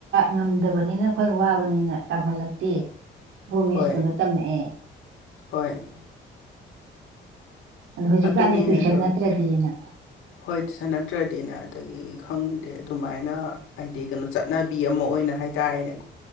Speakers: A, on the right (about 80°); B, on the left (about 85°).
A: ꯉꯝꯗꯕꯅꯤꯅ ꯑꯩꯈꯣꯏꯅ ꯋꯥꯕꯅꯤꯅ ꯇꯝꯍꯜꯂꯛꯇꯦ ꯒꯣꯔꯃꯦꯟ
B: ꯍꯣꯏ
A: ꯁ꯭ꯀꯨꯜꯗ ꯇꯝꯃꯛꯑꯦ
B: ꯍꯣꯏ
A: ꯑꯗꯣ ꯍꯧꯖꯤꯛꯀꯥꯟꯗꯤ
B: ꯑꯗꯨꯅꯦ
A: ꯇꯨꯏꯁꯟ
B: ꯑꯗꯣ
A: ꯅꯠꯇ꯭ꯔꯗꯤꯅ
B: ꯍꯣꯏ ꯇꯁꯥ ꯅꯠꯇ꯭ꯔꯗꯤꯅ ꯑꯗꯒꯤ ꯈꯪꯗꯦ ꯑꯗꯨꯃꯥꯏꯅ ꯍꯥꯏꯗꯤ ꯀꯩꯅꯣ ꯆꯠꯅꯕꯤ ꯑꯃ ꯑꯣꯏꯅ ꯍꯥꯏ ꯍꯥꯏꯇꯥꯔꯦꯅꯦꯀꯣ